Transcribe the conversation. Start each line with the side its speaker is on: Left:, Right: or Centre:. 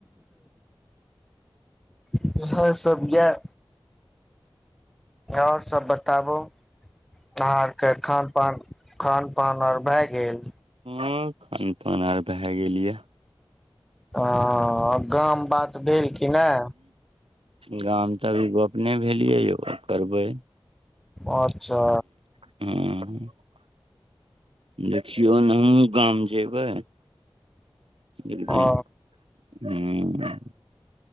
Centre: <inaudible> इएह सब यएह ओर सब बताबू अहाँ आर के खान पान खान पान आर भए गेल
Right: हँ खानपान आर भए गेल ये
Centre: ह गाम बात भेल कि नहि
Right: गाम तऽ अभि गप नहि भेलियै यौ करबै
Centre: अच्छा
Right: हू देखियो ना हमहु गाम जे जेबै एक
Centre: ह
Right: दिन ह